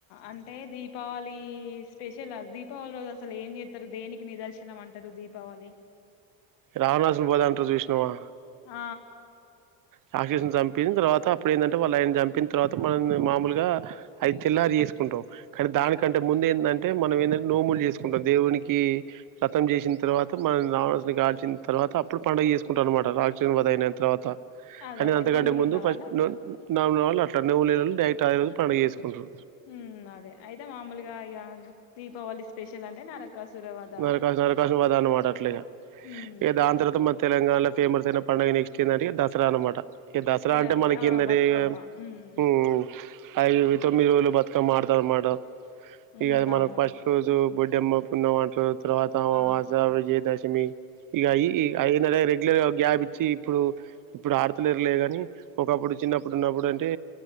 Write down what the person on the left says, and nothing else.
అంటే దీపావళి స్పెష లా దీపావళి రోజు అసలు ఏం చేత్తారు దేనికి నిదర్శనం అంటారు దీపావళి
ఆ
అదే
అదే
నోములు
ఉన్న
వాళ్ళు అట్లా
మ్మ్ అదే అయితే మామూలుగా ఇగ దీపావళి స్పెషల్ అంటే నరకాసురవద్
ఉమ్
ఇగ
అదే
ఆ
బతుకమ్మ ఉమ్
ఉమ్
అవును
ఆ